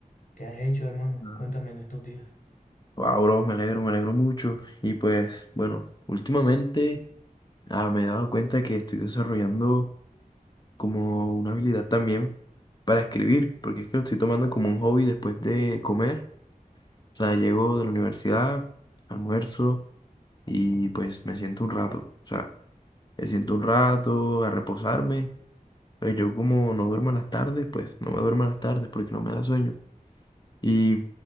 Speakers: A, on the left; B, on the left.
A: ¿Qué has hecho, hermano?
B: Wow.
A: Cuéntame en estos días.
B: Wow, bro, me alegro, me alegro mucho. Y pues, bueno, últimamente ah, me he dado cuenta que estoy desarrollando como una habilidad también para escribir, porque es que lo estoy tomando como un hobby después de comer. O sea, llego de la universidad, almuerzo y pues me siento un rato. O sea, me siento un rato a reposarme. Pues yo como no duermo en las tardes, pues no me duermo en las tardes porque no me da sueño. Y